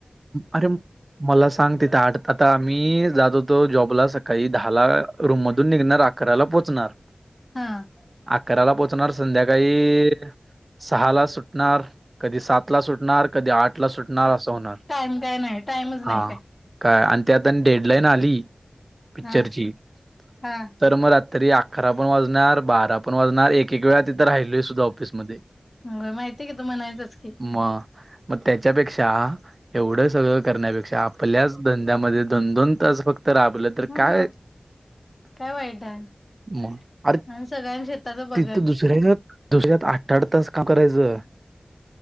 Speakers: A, on the right; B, on the left.
A: अरे मला सांग तिथे आठ आता आमी एकच जात होतो. जॉबला सकाळी दहा ला रूम मधून निघणार अकराला पोचणार.
B: हा.
A: अकराला पोच नार संध्याकाळी सहा ला सुटणार. कधी सात ला सुटणार पण कधी आठ ला सुटणार असं होणार.
B: टाइम काय नाही टाईमच नाही
A: हा
B: काय.
A: काय आणि ते आता डेडलाईन आली पिक्चरची
B: हा
A: <inaudible>
B: हा
A: तर मग आ तरी अकरा पण वाजणार बारा पण वाजणार एक- एक वेळा तिथं राहिलोय सुद्धा ऑफिसमध्ये.
B: माहितीय कि तू म्हणायचस की
A: मग मग त्याच्यापेक्षा एवढं सगळं करण्यापेक्षा आपल्याच धंद्यामध्ये दोन-दोन तास फक्त तर आपलं तर
B: हा
A: काय
B: काय
A: <inaudible>
B: वाईट आहे
A: म अरे
B: आणि सगळ्यांनी शेताच बघत
A: तिथ दुसऱ्यां <inaudible> च्यात दुसऱ्यात आठ-आठ तास काम करायचं.